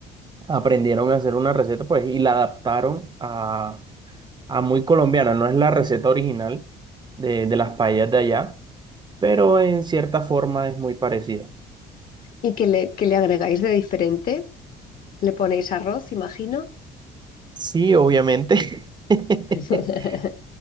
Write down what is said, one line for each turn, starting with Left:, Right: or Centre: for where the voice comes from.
Right: aprendieron a hacer una receta, pues, y la adaptaron ah, muy colombiana, no es la receta original de, de las paellas de allá, pero en cierta forma es muy parecida.
Left: ¿y qué le, qué le agregáis de diferente? ¿Le ponéis arroz, imagino?
Right: Sí, obviamente. <laughs>
Left: <laughs>